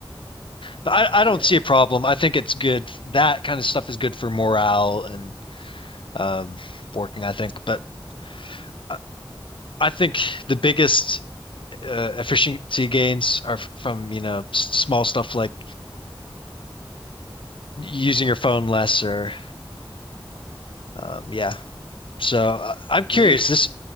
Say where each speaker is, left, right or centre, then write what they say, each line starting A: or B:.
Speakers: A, on the left; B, on the left.
A: But I,
B: Yeah.
A: I don't see a problem. I think it's good. That kind of stuff is good for morale and um working, I think. But I, I think the biggest uh, efficiency gains are f- from, you know, s- small stuff like using your phone less or um, yeah. So uh, I'm curious.
B: Do you
A: This